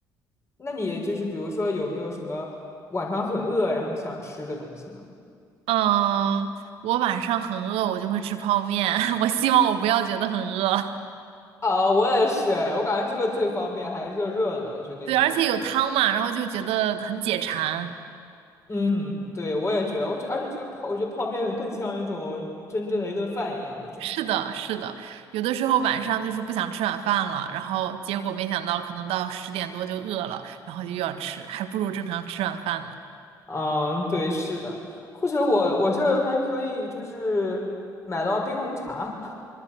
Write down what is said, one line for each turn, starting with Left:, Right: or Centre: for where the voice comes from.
Left: 那你就是比如说有没有什么晚上很饿然后想吃的东西呢？
Right: 嗯，我晚上很饿，我就会吃泡面。<laughs> 我希望我不要觉得很饿。
Left: 啊，我也是哎，我感觉这个最方便，还热热的，就那种。
Right: 对，而且有汤嘛，然后就觉得很解馋。
Left: 嗯，对，我也觉得，我觉得而且这个泡，我觉得泡面更像一种真正的一顿饭一样那种。
Right: 是的，是的，有的时候晚上就是不想吃晚饭了，然后结果没想到可能到十点多就饿了，然后就又要吃，还不如正常吃晚饭呢。
Left: 啊，对，是的，或者我我这儿还可以就是买到冰红茶。